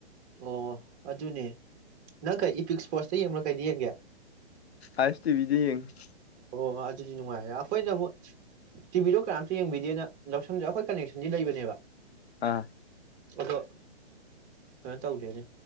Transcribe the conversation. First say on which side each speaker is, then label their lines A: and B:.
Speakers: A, on the right (about 25°); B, on the left (about 70°).
A: ꯑꯣ ꯑꯗꯨꯅꯦ ꯅꯪ ꯀꯩ ꯏꯄꯤꯛ ꯁ꯭ꯄꯣꯁ ꯁꯤ ꯌꯦꯡꯕ꯭ꯔ ꯀꯩꯗ ꯌꯦꯡꯒꯦ
B: ꯑꯥ ꯑꯦꯁ ꯇꯤ ꯚꯤꯗ ꯌꯦꯡꯉꯦ
A: ꯑꯣ ꯑꯗꯨꯗꯤ ꯅꯨꯡꯉꯥꯏꯔꯦ ꯑꯩꯈꯣꯏꯅ ꯑꯃꯨꯛ ꯇꯤ ꯚꯤꯗꯣ ꯀꯅꯥꯝꯇ ꯌꯦꯡꯕꯤꯗꯦꯅ ꯂꯧꯁꯟꯗꯦ ꯑꯩꯈꯣꯏ ꯀꯅꯦꯛꯁꯟꯗꯤ ꯂꯩꯕꯅꯦꯕ
B: ꯑꯥ
A: ꯑꯗꯣ ꯀꯩꯅꯣ ꯇꯧꯗ꯭ꯔꯦꯅꯦ